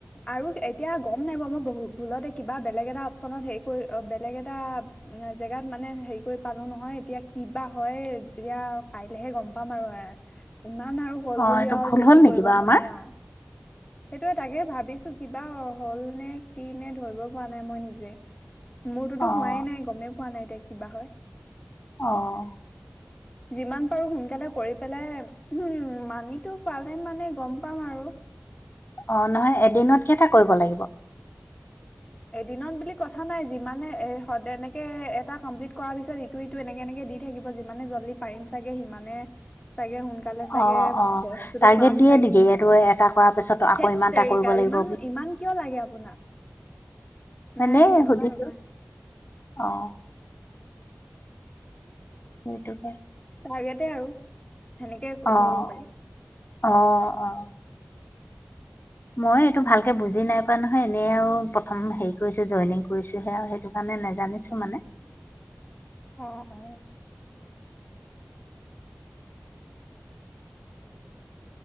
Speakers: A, on the left; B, on the left.
A: আৰু এতিয়া গম নাই বাৰ মই বহ ভুলতে কিবা বেলেগ এটা অপচনত হেৰি কৰি বেলেগ এটা জেগাত মানে হেৰি কৰি পালো নহয় এতিয়া কিবা হয়, এতিয়া কাইলেহে গম পাম আৰু এ ইমান আৰু হ'ল
B: অ',
A: বুলি
B: এইটো
A: আৰু
B: ভুল
A: যি,
B: হ'ল
A: তি
B: নেকি
A: কৰিব
B: বাৰু
A: নোৱাৰি
B: আমাৰ?
A: আ সেইটো তাকে ভাবিছোঁ কিবা হ'ল নে, কি নে ধৰিব পৰা নাই মই নিজে। মোৰটোতো
B: অ',
A: হোৱাই নাই, গমেই পোৱা নাই এতিয়া কিবা হয়।
B: অহ।
A: যিমান পাৰোঁ সোনকালে কৰি পেলাই উম, মানি পালে মানে গম পাম আৰু
B: অ', নহয় এদিনত কেটা এটা কৰিব লাগিব?
A: এদিনত বুলি কথা নাই যিমানে এ সদ এনেকে এটা কমপ্লিট কৰাৰ পিছত ইটো ইটো এনেকে এনেকে দি থাকিব যিমানে জল্দি পাৰিম চাগে সিমানে চাগে সোন কালে চাগে
B: অ', অ',
A: বস্তুতটো
B: টাৰ্গেট
A: পাম
B: দিয়ে
A: চাগে
B: নেকি
A: সি
B: এইটো
A: তোমাৰ,
B: এটা কৰাৰ পিছত আকৌ
A: সেই
B: ইমানটা
A: তেৰিকাত
B: কৰিব লাগিব
A: ইমান ইমান কিয় লাগে আপোনাক?
B: মানে
A: নাই সেনেকুৱা
B: সুধিছো
A: নহয়
B: অহ। সেইটোকে
A: ভাগেতে আৰু সেনেকে
B: অহ,
A: ধৰিব পাৰি
B: অহ, অ'। মই এইটো ভালকৈ বুজি নাই পোৱা নহয় এনেই আৰু প্ৰথম হেৰি কৰিছোঁ জইনিং কৰিছোঁহে আৰু সেইটো কাৰণে নাজানিছোঁ মানে।
A: অহ, অ'।